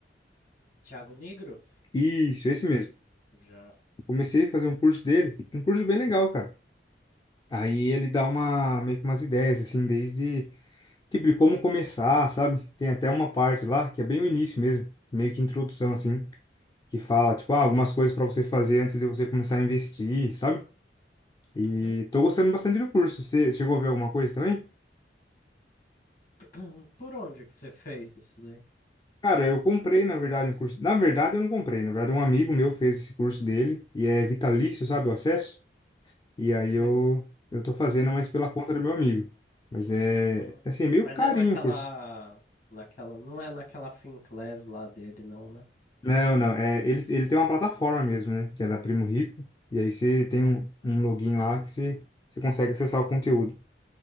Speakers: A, on the left; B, on the left.
A: Thiago Negro?
B: Isso, esse mesmo.
A: Já.
B: Comecei a fazer um curso dele, um curso bem legal, cara. Aí ele dá uma, meio que umas ideias, assim, desde, tipo, de como começar, sabe? Tem até uma parte lá, que é bem o início mesmo, meio que introdução, assim, que fala, tipo, ah, algumas coisas para você fazer antes de você começar a investir, sabe? E
A: Uhum.
B: tô gostando bastante do curso. Você chegou a ver alguma coisa também?
A: <clears throat> Por onde que você fez isso daí?
B: Cara, eu comprei, na verdade, um curso. Na verdade, eu não comprei. Na verdade, um amigo meu fez esse curso dele e é vitalício, sabe, o acesso. E aí
A: Sei.
B: eu, eu tô fazendo mais pela conta do meu amigo. Mas é,
A: Hum.
B: é assim, é meio
A: Mas
B: carinho
A: é naquela,
B: o curso.
A: naquela, não é naquela Finclass lá dele, não, né?
B: Não, não, é, ele, ele tem uma plataforma mesmo, né? Que é da Primo Rico. E aí você tem
A: Uhum.
B: um, um login lá que você, você consegue acessar o conteúdo.